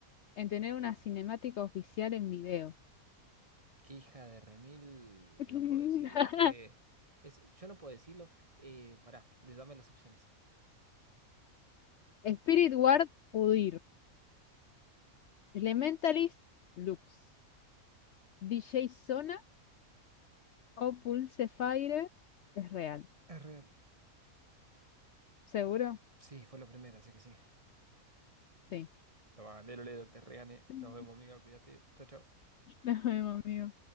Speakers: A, on the left; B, on the right.
A: en tener una cinemática oficial en video?
B: Qué hija de remil.
A: <laughs>
B: No puedo decirlo. Eh, es, yo no puedo decirlo. Eh, pará, de- dame las opciones.
A: Spirit Ward Udyr, Elementalist Lux, DJ Zona o Pulsefire es real.
B: Es real.
A: ¿Seguro?
B: Sí, fue la primera, así que sí.
A: Sí.
B: Toma, lero, lero, te regané.
A: <laughs>
B: Nos vemos, amiga. Cuídate. Chao, chao.
A: No, amigo.